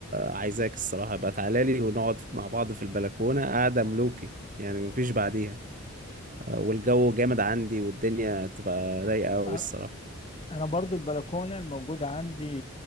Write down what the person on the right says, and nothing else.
عايزاك الصراحة بقى تعالى لي ونقعد مع بعض في البلكونة قعدة ملوكي يعني مفيش بعديها آه، والجو جامد عندي والدنيا تبقى رايقة أوي
الصراحة